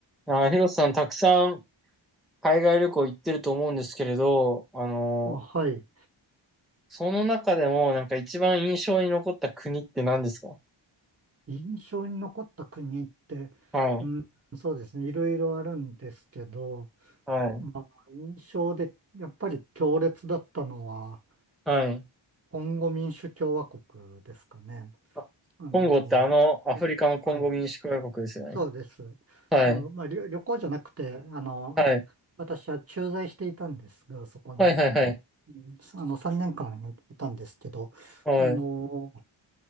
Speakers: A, in the centre; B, on the right.
A: あー、ヒロさん、たくさん海外旅行行ってると思うんですけれど、あのー
B: あ、はい。
A: その中でも、なんか一番印象に残った国って何ですか
B: 印象に残った国って、
A: はい、
B: うん、そうですね。いろいろあるんですけど、
A: はい、
B: まあ、印象でやっぱり強烈だったのは、
A: はい。
B: コンゴ民主共和国ですかね。
A: あコンゴってあの、
B: あの、
A: アフリカのコンゴ民主共和国ですよね。
B: ええはい。そうです。
A: はい、
B: あの、まあ、旅、旅行じゃなくて、あの、
A: はい、
B: 私は駐在していたんですが、そこに、
A: はい、はい、はい、
B: うんあの、3年間いたんですけど、
A: はい、
B: あの、